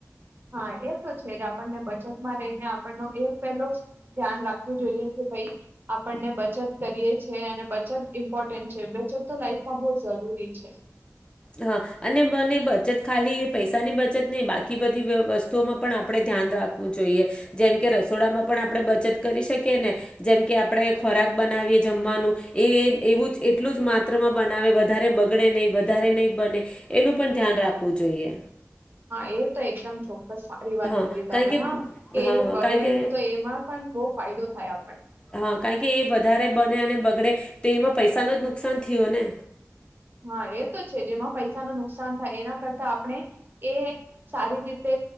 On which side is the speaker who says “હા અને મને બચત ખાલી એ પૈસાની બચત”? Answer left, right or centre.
Left